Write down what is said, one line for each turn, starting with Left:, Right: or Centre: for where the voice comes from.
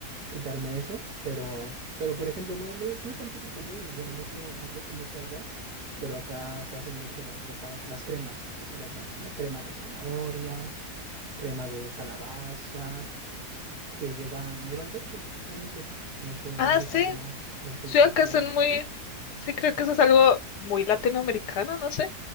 Right: quitarme eso, pero, pero por ejemplo, no, no, no es tampoco común, o bueno, no sé, no sé cómo sea allá, pero acá se hacen mucho las sopas, las cremas, así las llaman, ¿no? Crema de zanahoria, crema de calabaza, que llevan, llevan leche, justamente. No sé,
Left: Ah,
Right: no sé
Left: sí,
Right: si allá no se
Left: Sí,
Right: prepara
Left: acá son
Right: algo
Left: muy,
Right: así.
Left: sí creo que eso es algo muy latinoamericano, no sé,